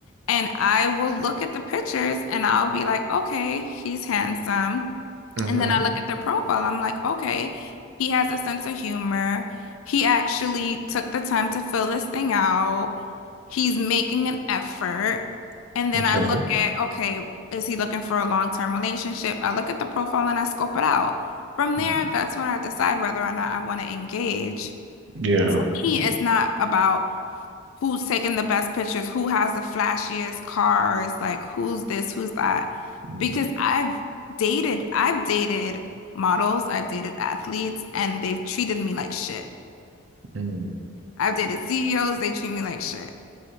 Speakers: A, on the left; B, on the right.
A: And I will look at the pictures and I'll be like, okay, he's handsome.
B: hmm
A: And then I look at their profile. I'm like, okay, he has a sense of humor. He actually took the time to fill this thing out. He's making an effort. And then
B: okay,
A: I look at, okay, is he looking for a long-term relationship? I look at the profile and I scope it out. From there,
B: Mm.
A: that's when I decide whether or not I want to engage.
B: yeah,
A: For me,
B: mm
A: it's not about who's taking the best pictures, who has the flashiest cars, like who's this, who's that.
B: mm,
A: Because I've dated, I've dated models, I've dated athletes, and they've treated me like shit.
B: mm,
A: I've dated CEOs, they treat me like shit.